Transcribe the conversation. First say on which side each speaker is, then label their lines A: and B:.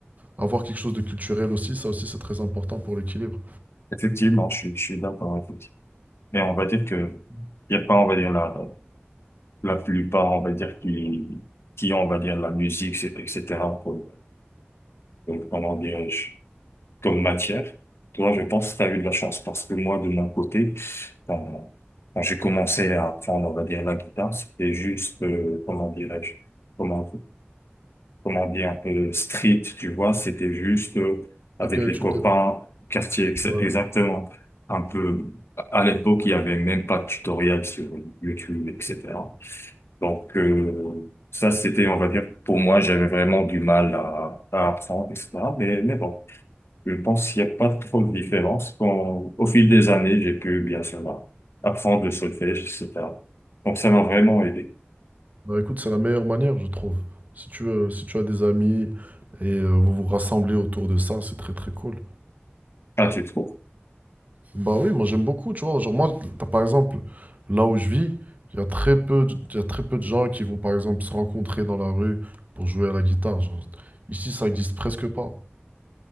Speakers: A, on the right (about 40°); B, on the left (about 90°).
A: avoir quelque chose de culturel aussi, ça aussi c'est très important pour l'équilibre.
B: Effectivement, je suis, je suis d'accord. effectivement. Mais on va dire que il n'y a pas, on va dire, la, la plupart, on va dire, qui, qui ont, on va dire, la musique, c'est- etc., pour, pour- comment dirais-je, comme matière. Toi, je pense que tu as eu de la chance parce que moi, de mon côté, quand, quand j'ai commencé à apprendre, on va dire, la guitare, c'était juste, euh, comment dirais-je, comment, comment dire, un peu street, tu vois, c'était juste euh, avec
A: Ok,
B: les
A: tu
B: copains,
A: t'es,
B: quartier ex-
A: ouais.
B: exactement, un peu, à l'époque, il n'y avait même pas de tutoriel sur YouTube, etc. Donc, euh, ça, c'était, on va dire, pour moi, j'avais vraiment du mal à, à apprendre, etc. Mais, mais bon, je pense qu'il n'y a pas trop de différence. Quand, au fil des années, j'ai pu, bien sûr, apprendre le solfège, etc. Donc, ça m'a vraiment aidé.
A: Bah écoute, c'est la meilleure manière, je trouve. Si tu veux, si tu as des amis et euh, vous vous rassemblez autour de ça, c'est très très cool.
B: Ah, tu trouves?
A: Bah oui, moi j'aime beaucoup, tu vois. Genre moi, t'as- par exemple, là où je vis, il y a très peu, de- il y a très peu de gens qui vont par exemple se rencontrer dans la rue pour jouer à la guitare. Genre, ici, ça existe presque pas.